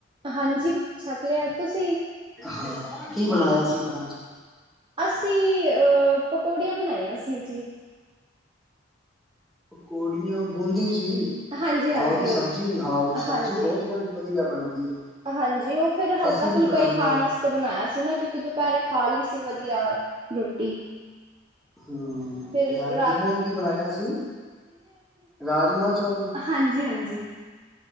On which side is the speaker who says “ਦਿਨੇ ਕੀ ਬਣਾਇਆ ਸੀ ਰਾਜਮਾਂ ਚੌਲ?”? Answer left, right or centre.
Centre